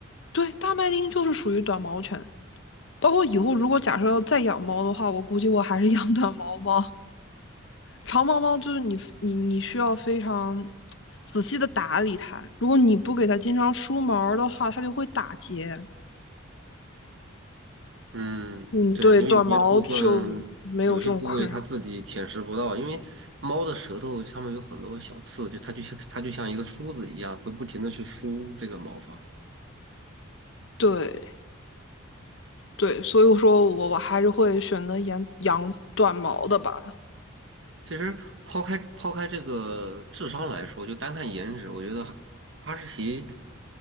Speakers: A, on the left; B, on the right.
A: 对，大麦町就是属于短毛犬，包括以后如果假设要再养猫的话，我估计我还是养短毛猫。长毛猫就是你你你需要非常仔细的打理它，如果你不给它经常梳毛儿的话，它就会打结。
B: 嗯，
A: 嗯，
B: 对，
A: 对，
B: 因为有些部分有些部位它自己舔食不到，
A: 短毛就没有这种困扰。
B: 因为猫的舌头上面有很多小刺，就它就像它就像一个梳子一样，会不停的去梳这个毛发。
A: 对，对，所以我说我我还是会选择养养短毛的吧。
B: 其实抛开抛开这个智商来说，就单看颜值，我觉得哈哈士奇